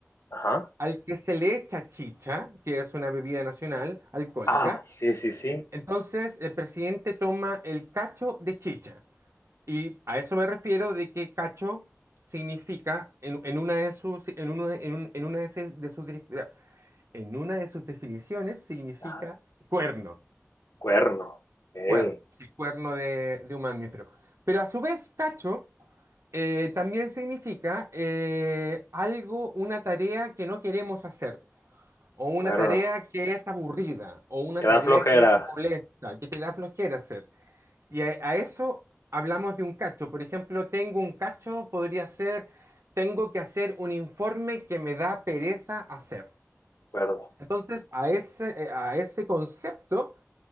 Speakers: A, on the left; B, on the right.
A: Ajá.
B: al que se le echa chicha, que es una bebida nacional alcohólica
A: Ah, sí, sí, sí.
B: Entonces, el presidente toma el cacho de chicha. Y a eso me refiero de que cacho significa, en, en una de sus, en uno de- en un- en una de se- de sus, dif- en una de sus definiciones, significa
A: Ah,
B: cuerno.
A: cuerno. Ok,
B: Cuerno, sí, cuerno de, de un mamífero. Pero a su vez, cacho eh, también significa eh, algo, una tarea que no queremos hacer. O una
A: cuerno.
B: tarea que es aburrida, o una
A: Queda
B: tarea
A: flojera.
B: que es molesta, que te da flojera hacer. Y a, a eso hablamos de un cacho. Por ejemplo, tengo un cacho, podría ser, tengo que hacer un informe que me da pereza hacer.
A: Cuerno.
B: Entonces, a ese, eh, a ese concepto